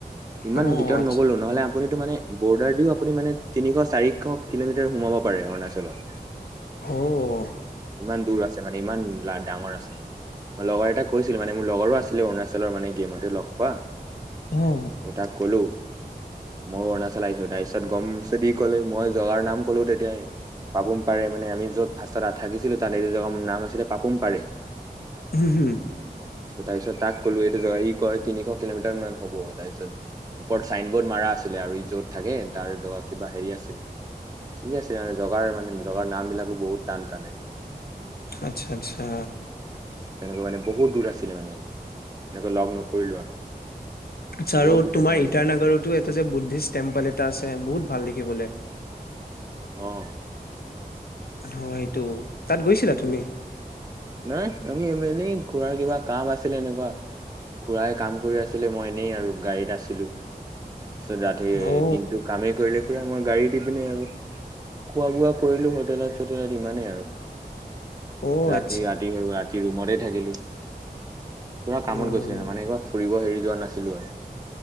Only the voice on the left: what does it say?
অ
আচ্ছা
অ'।
অ'।
উম হম।
আচ্ছা, আচ্ছা।
চাৰো
তোমাৰ
ইটাৰনাগৰতৰতো
এটা যে বুদ্ধিষ্ট টেম্পল এটা আছে, বহুত ভাল দেখে হি বোলে
অ' এইটো, তাত গৈছিলা তুমি?
অ
অ', আ
উম